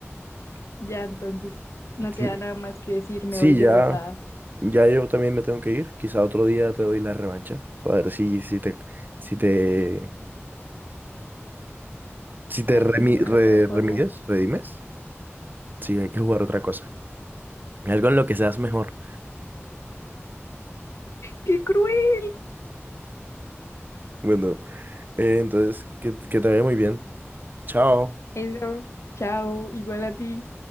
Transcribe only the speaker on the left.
Ya, entonces no
queda nada más que decir, me
voy derrotada.
Hay
que jugar
otra cosa.
¡Qué cruel!
Eso, chao, igual a ti.